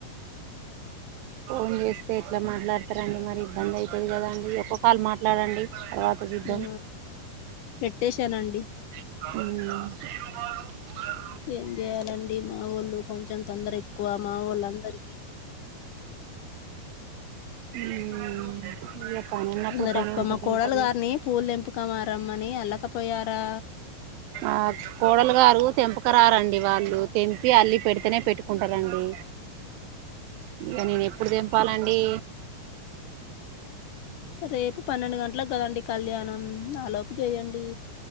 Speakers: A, on the right; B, on the left.
A: పోన్ చేస్తే ఎట్లా మాట్లాడతారండి మరి ఇబ్బంది అయితాది కదాండి ఇ ఒక్క కాలు మాట్లాడండి తర్వాత చూద్దాం
B: ఆ పెట్టేశానండి
A: అ
B: ఏం చేయాలండి మాఓళ్ళు కొంచెం తొందర ఎక్కువ మా ఓళ్ళ అందరికి
A: ఉమ్ ఇగ పని ఉన్నప్పుడు
B: తొందర
A: పని
B: ఎక్కువ
A: ఉంటనే
B: మా కోడలు
A: ఉంటది
B: గారిని పూలు తెంపక మారమ్మని అల్లకపోయారా
A: ఆ కోడలు గారు తెంపక రారండి వాళ్ళు తెంపి అల్లి పెడితేనే పెట్టుకు కుంటరండి ఇంకా నేను ఎప్పుడు తెంపాలండి
B: రేపు పన్నెండు గంటలకు కదండి కళ్యాణం ఆలోపు చేయండి